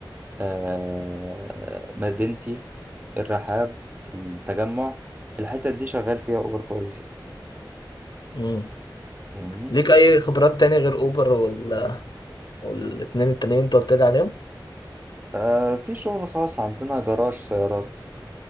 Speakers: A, on the right; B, on the left.
A: آه مدينتي الرحاب التجمع الحتت دي شغال فيها اوبر كويس يعني،
B: مم.
A: فاهمني
B: ليك اي خبرات تاني غير اوبر ولا والاتنين التانيين انت قلت لي عليهم
A: آه في شغل خاص عندنا جراج سيارات